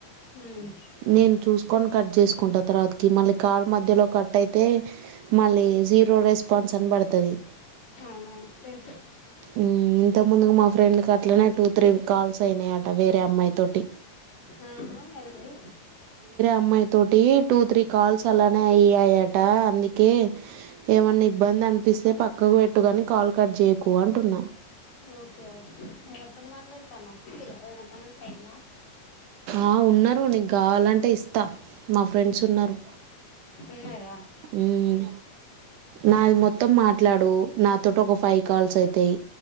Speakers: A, on the left; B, on the right.
A: ఉమ్
B: నేను చూసుకోన్ కట్ చేసుకుంటార తర్వాత కి మళ్ళీ కాళ్ మధ్యలో కట్అయ్యి తే మళ్ళీ జీరో రెస్పాన్స్ అన్ పడుతుంది
A: అవునవును తెలుసు
B: ఉ ఇంతకుముందుగా మా ఫ్రెండ్కి అట్లనే టూ త్రీ కాల్స్ అయినాయట వేరే అమ్మాయి తోటి.
A: ఆ ఎవరిది
B: అమ్మాయి తోటి టూ త్రీ కాల్స్ అలానే అయ్యాయట అందుకే ఏమన్నా ఇబ్బంది అనిపిస్తే పక్కకు పెట్టుగాని కాల్ కట్ చేయ.. కు అంటున్నా
A: ఓకే ఓకే ఎవరితోని మాట్లాడతాన్నావు ఊటీగా ఏదైనా కానా ఎలా
B: ఆహ్ ఉన్న నీకు కావాలంటే ఇస్తా మా ఫ్రెండ్స్ ఉన్నారు.
A: ఉన్నార
B: ఉమ్ నాది మొత్తం మాట్లాడు నాతోటి ఒక ఫైవ్ కాల్స్ అయితాయి